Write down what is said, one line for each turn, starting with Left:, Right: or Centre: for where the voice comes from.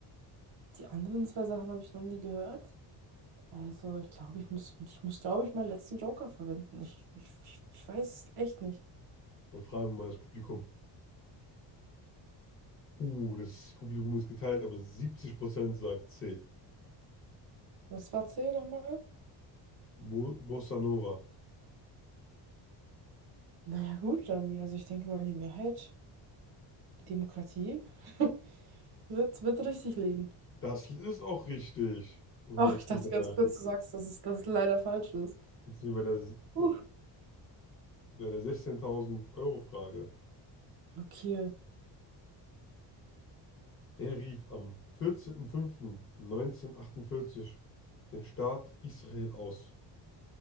Right: Die anderen zwei Sachen habe ich noch nie gehört. Also, ich glaube, ich muss, ich muss, glaube ich, meinen letzten Joker verwenden. Ich, ich, ich ich weiß es echt nicht.
Left: Dann fragen wir mal das Publikum. Uh, das Publikum ist geteilt, aber 70% sagt C.
Right: Was war C nochmal?
Left: Bo Bossa Nova.
Right: Naja, gut, dann, also ich denke mal, die Mehrheit, die Demokratie, <laughs> wird, wird richtig liegen.
Left: Das ist auch richtig. Und
Right: Oh,
Left: jetzt
Right: ich
Left: sind
Right: dachte
Left: wir bei
Right: ganz
Left: der,
Right: kurz, du sagst, dass es, dass es leider falsch ist.
Left: jetzt sind wir bei der, oh,
Right: Uh,
Left: bei der 16.000 Euro Frage.
Right: okay.
Left: Wer rief am 14.05.1948 den Staat Israel aus?